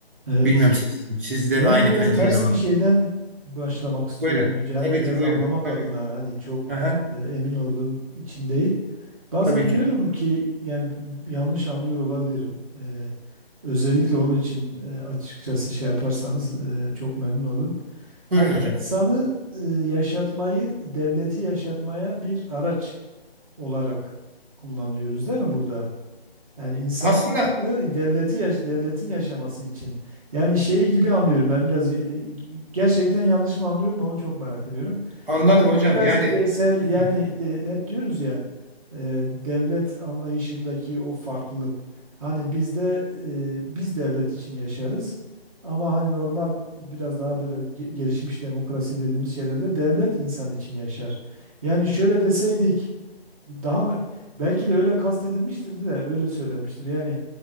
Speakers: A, on the right; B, on the right.
A: Evet.
B: Bilmiyorum siz, siz de
A: Ben
B: mi aynı
A: biraz
B: pencerede
A: ters
B: bakın.
A: bir şeyden başlamak istiyorum
B: Buyurun.
A: önce. Hani
B: Tabii
A: biraz
B: ki buyurun.
A: anlamak
B: Tabii
A: adına
B: ki.
A: hani çok
B: Aha,
A: e, emin olduğum için değil. Bazen
B: tabii ki.
A: diyorum ki yani yanlış anlıyor olabilirim. E, özellikle onun için e, açıkçası şey yaparsanız e, çok memnun olurum. Hani
B: Buyurun hocam.
A: insanı e, yaşatmayı, devleti yaşatmaya bir araç olarak kullanıyoruz değil mi burada? Yani insan
B: Aslında
A: devleti yaş devletin yaşaması için. Yani şeyi gibi anlıyorum ben biraz e, gerçekten yanlış mı anlıyorum onu çok merak ediyorum.
B: anladım
A: Hani
B: hocam.
A: bu biraz
B: Yani
A: bireysel yani
B: Hı.
A: de- hep diyoruz ya e, devlet anlayışındaki o farklılık. Hani bizde e, biz devlet için yaşarız ama hani normal biraz daha böyle ge- gelişmiş demokrasi dediğimiz şeylerde devlet insan için yaşar. Yani şöyle deseydik daha mı? Belki de öyle kastedilmiştir de öyle söylenmiştir. Yani